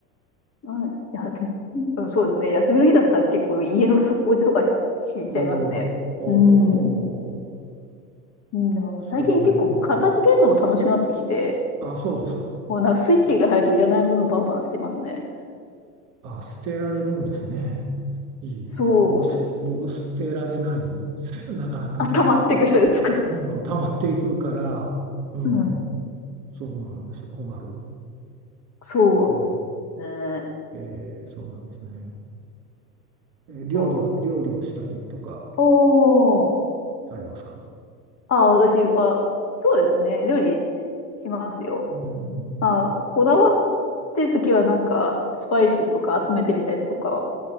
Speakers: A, on the left; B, on the right.
A: ら、うん、いや、うんそうですね。休みの日だったら結構家の掃除とかし、しちゃいますね。
B: おお、おお、
A: うん。
B: おお、おお
A: うん、でも最近結構片付けるのも楽しくなってきて、
B: それはね。あ、そうですか。
A: もうなんかスイッチが入るといらないものをバンバン捨てますね。
B: あ、捨てられるんですね。いいわ。
A: そうです。
B: 僕す、僕捨てられないんですよ、なかなか。
A: あ、溜まっていく人ですか。
B: うん、溜まっていくから、うん、
A: うん。
B: そうなんですよ、困る。
A: そ
B: え
A: う。えー、
B: ーえーそうなんですね。えー料理を、
A: お、
B: 料理をしたりとか
A: おー。
B: されますか
A: あ、私は、そうですね。料理しますよ。
B: うん。
A: まあ、こだわってるときはなんか、スパイスとか集めてみたりとか